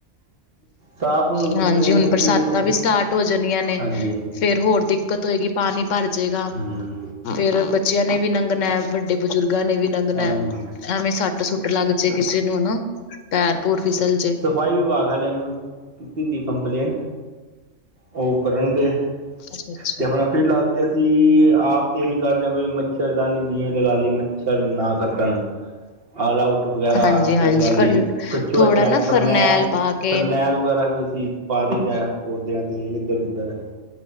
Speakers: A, on the right (about 50°); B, on the left (about 75°).
A: ਸਾਫ਼ ਹੁਣ
B: ਹਾਂਜੀ,
A: ਕੰਪਲੇਂਟ
B: ਹੁਣ
A: ਦਿੱਤੀ
B: ਬਰਸਾਤਾਂ
A: ਦੀ ਕਰ
B: ਵੀ ਸਟਾਰਟ ਹੋ ਜਾਣੀਆਂ ਨੇ। ਫੇ
A: ਹਾਂਜੀ
B: ਫੇਰ ਹੋਰ ਦਿੱਕਤ ਹੋਏਗੀ, ਪਾਣੀ ਭਰ ਜੇਗਾ।
A: ਹਮ
B: ਫੇਰ ਬੱਚਿਆਂ ਨੇ ਵੀ ਨੰਗਣਾ ਏ, ਵੱਡੇ ਬਜ਼ੁਰਗਾਂ ਨੇ ਵੀ ਲੰਗਣਾ
A: ਹਾਂਜੀ
B: ਏ, ਐਵੇਂ ਸ ਟ ਸੁੱਟ ਲੱਗ ਜੇ ਕਿਸੇ ਨੂੰ ਹਨਾ, ਪੈਰ ਪੂਰ ਫਿਸਲ ਜੇ।
A: ਸਫ਼ਾਈ ਵਿਭਾਗ ਆਲੇ ਨੂੰ, ਕੀਤੀ ਦੀ ਕੰਪਲੇਨ। ਔਹ ਕਰਨਗੇ।
B: ਅੱਛਾ ਅੱਛਾ
A: ਤੇ ਆਪਣਾ ਫਿਰ ਲਾਲ ਤੇ ਅਸੀਂ, ਆਪ ਤੇ ਏਹੀ ਕਰ ਰਏ ਆ, ਵੀ ਮੱਛਰਦਾਨੀ ਜਿਵੇਂ ਲਗਾ ਲੀ, ਮੱਛਰ ਨਾ ਕੱਟਣ। ਆਲ ਆਊਟ ਵਗੈਰਾ।
B: ਹਾਂਜੀ ਹਾਂਜੀ
A: <unintelligible> ਗਾਲੀ,
B: ਫ
A: ਕੱਛੂਆ
B: ਥੋੜਾ
A: ਸ਼ਾਪ,
B: ਨਾ
A: ਫਰਨੈ,
B: ਫਰਨੈਲ ਪਾ ਕੇ
A: ਫਰਨੈਲ ਵਗੈਰਾ ਵੀ ਅਸੀ ਪਾ ਦਈ ਦਾ ਏ ਪੌਦੇਆਂ ਤੇ, ਇੱਧਰ-ਉੱਧਰ।